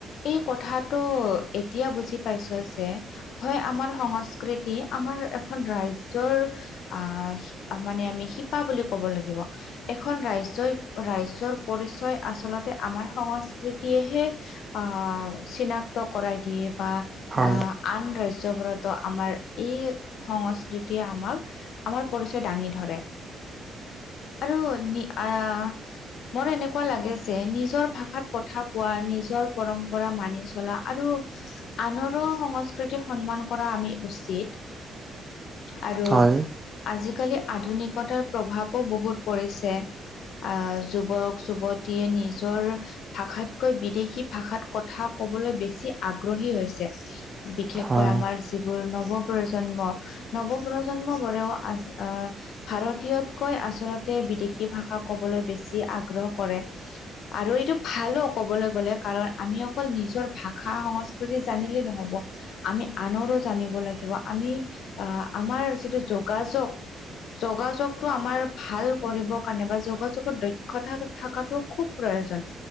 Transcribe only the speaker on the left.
এই, কথাটো এতিয়া, বুজি পাইছোঁ যে, হয়! আমাৰ সংস্কৃতি, আমাৰ এখন ৰাজ্যৰ আঁ মানে, আমি শিপা বুলি ক'ব লাগিব। এখন ৰাজ্যই, ৰাজ্যৰ পৰিচয় আচলতে, আমাৰ সংস্কৃতিয়েহে আঁ চিনাক্ত কৰাই দিয়ে বা আঁ
আন ৰাজ্যবোৰতো, আমাৰ এই সংস্কৃতিয়ে আমাক, আমাৰ পৰিচয় দাঙি ধৰে। আৰু আঁ মোৰ এনেকুৱা লাগে যে, নিজৰ ভাষাত কথা কোৱা, নিজৰ পৰম্পৰা মানি চলা আৰু আনৰ ৰো সংস্কৃতি সন্মান কৰা, আমি উচিত। আৰু
আজিকালি, আধুনিকতাৰ প্ৰভাৱো বহুত পৰিছে। আঁ যুৱক-যুৱতীয়ে নিজৰ ভাষাতকৈ, বিদেশী ভাষাত কথা ক'বলৈ, বেছি আগ্ৰহী হৈছে। বিশেষকৈ,
আমাৰ যিবোৰ নৱ-প্ৰজন্ম। নৱ-প্ৰজন্মবোৰেও আছে, আঁ ভাৰতীয়তকৈ আচলতে, বিদেশী ভাষা ক'বলৈ বেছি আগ্ৰহ কৰে। আৰু এইটো ভালো, ক'বলৈ গলে, কাৰণ আমি অকল নিজৰ ভাষা-সংস্কৃতি জানিলেই নহ নহ'ব। আমি আনৰো জানিব লাগিব, আমি আঁ আমাৰ যিটো যোগাযোগ, যোগাযোগটো আমাৰ, ভাল কৰিব কাৰণে বা যোগাযোগৰ দক্ষতা থকাটো খুউব প্ৰয়োজন।